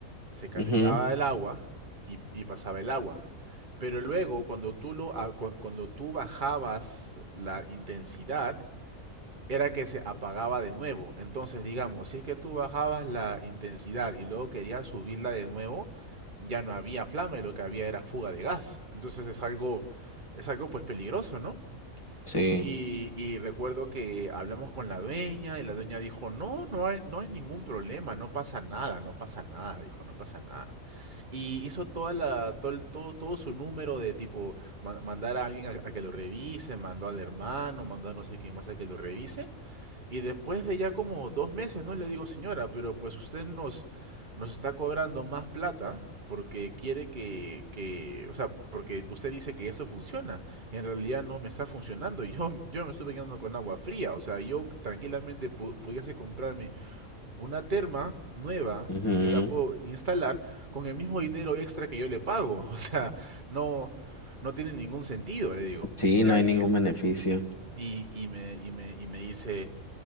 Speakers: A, on the right; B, on the left.
A: se calentaba
B: mhm
A: el agua y, y pasaba el agua. Pero luego, cuando tú, lo, a- cuan- cuando tú bajabas la intensidad, era que se apagaba de nuevo. Entonces, digamos, si es que tú bajabas la intensidad y luego querías subirla de nuevo, ya no había flama y lo que había era fuga de gas. Entonces es algo, es algo pues peligroso, ¿no?
B: sí,
A: Y, y recuerdo que hablamos con la dueña y la dueña dijo, no, no hay, no hay ningún problema, no pasa nada, no pasa nada, dijo, no pasa nada. Y hizo toda la, todo, el- todo, todo su número de tipo, ma- mandar a alguien a, a que lo revise, mandó al hermano, mandó a no sé quién más a que lo revise. Y después de ya como dos meses, ¿no? Le digo, señora, pero pues usted nos, nos está cobrando más plata porque quiere que, que, o sea, porque usted dice que esto funciona. En realidad no me está funcionando. <laughs> Yo, yo me estuve quedando con agua fría. O sea, yo tranquilamente pu- pudiese comprarme una terma nueva
B: mhm
A: y yo la puedo instalar con el mismo dinero extra que yo le pago. <laughs> O sea, no, no tiene ningún sentido, le digo.
B: Sí,
A: Y,
B: no
A: a-
B: hay ningún
A: y,
B: beneficio.
A: y, y me, y, me, y me dice...